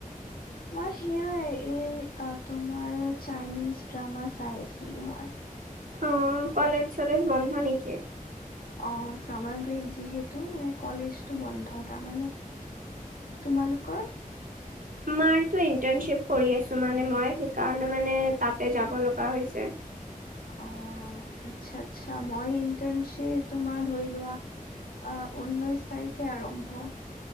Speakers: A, on the left (about 85°); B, on the right (about 70°).
A: মই সেইয়া এই তোমাৰ চাইনিজ ড্ৰামা চাই আছিলোঁ মই।
B: অ', কলেজ চলেজ বন্ধ নেকি?
A: অ', চামাৰ ব্ৰেক যিহেতু মানে কলেজটো বন্ধ তাৰমানে। তোমালোকৰ?
B: আমাৰ টো ইন্টাৰ্ণশ্বিপ কৰি আছোঁ মানে মই সেইকাৰণে মানে তাতে যাব লগা হৈছে।
A: অ', আচ্ছা-আচ্ছা। মই ইটাৰ্ণশ্বিপ তোমাৰ ধৰি লোৱা আ, ঊনৈশ তাৰিখে আৰম্ভ।